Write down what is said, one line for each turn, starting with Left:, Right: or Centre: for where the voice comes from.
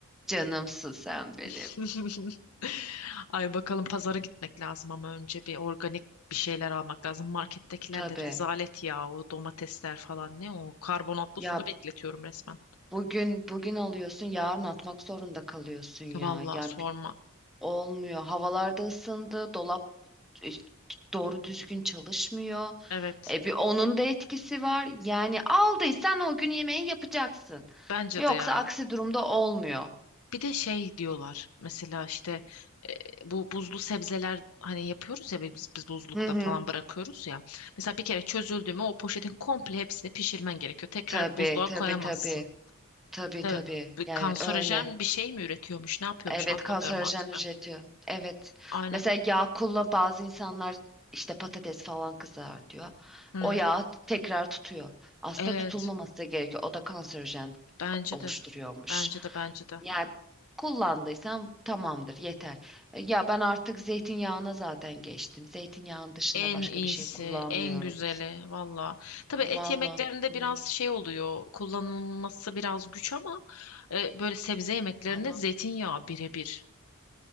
Centre: Canımsın sen benim.
Left: <laughs> Ay bakalım pazara gitmek lazım ama önce bir organik bir şeyler almak lazım. Markettekiler
Centre: Tabii.
Left: de rezalet ya o domatesler falan ne o karbonatlı
Centre: Ya
Left: suda bekletiyorum resmen.
Centre: bugün bugün alıyorsun, yarın atmak zorunda kalıyorsun ya.
Left: Vallahi
Centre: Yani
Left: sorma.
Centre: bi- olmuyor. Havalarda ısındı, dolap e, doğru düzgün çalışmıyor.
Left: Evet.
Centre: E bir onun da etkisi var. Yani aldıysan o gün yemeği yapacaksın.
Left: Bence
Centre: Yoksa
Left: de ya.
Centre: aksi durumda olmuyor.
Left: Bir de şey diyorlar mesela işte e, bu buzlu sebzeler hani yapıyoruz ya biz, biz buzlukta
Centre: Hı hı.
Left: falan bırakıyoruz ya. Mesela bir kere çözüldü mü o poşetin komple hepsini pişirmen gerekiyor. Tekrar
Centre: Tabii
Left: buzluğa
Centre: tabii
Left: koyamazsın.
Centre: tabii. Tabii
Left: Tabii
Centre: tabii.
Left: bir
Centre: Yani
Left: kanserojen
Centre: öyle.
Left: bir şey mi üretiyormuş ne yapıyormuş
Centre: Evet
Left: anlamıyorum
Centre: kanserojen
Left: artık
Centre: üretiyor.
Left: ben.
Centre: Evet.
Left: Aynen.
Centre: Mesela yağ kullan bazı insanlar işte patates falan kızartıyor.
Left: Hmm.
Centre: O yağ tekrar tutuyor. Aslında
Left: Evet
Centre: tutulmaması gerekiyor. O da kanserojen
Left: bence
Centre: oluşturuyormuş.
Left: de bence de bence de.
Centre: Yani kullandıysam tamamdır yeter. E, Ya ben artık zeytinyağına zaten geçtim. Zeytinyağının dışında
Left: En
Centre: başka
Left: iyisi,
Centre: bir şey kullanmıyorum.
Left: en güzeli valla. Tabii
Centre: Vallahi.
Left: et yemeklerinde
Centre: Hı,
Left: biraz şey oluyor, kullanılması biraz güç ama e, böyle sebze yemeklerinde
Centre: Ama
Left: zeytinyağı birebir.